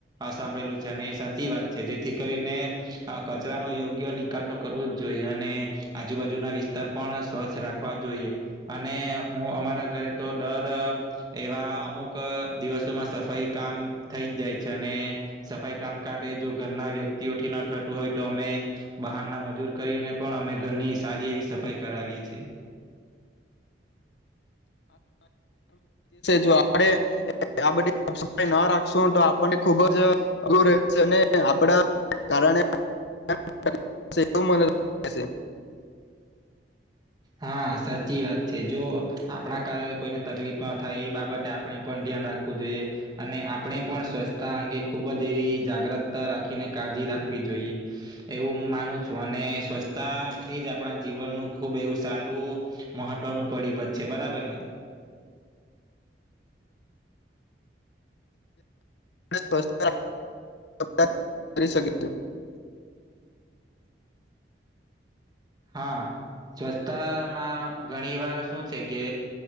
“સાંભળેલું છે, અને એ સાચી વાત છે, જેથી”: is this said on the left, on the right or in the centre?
Right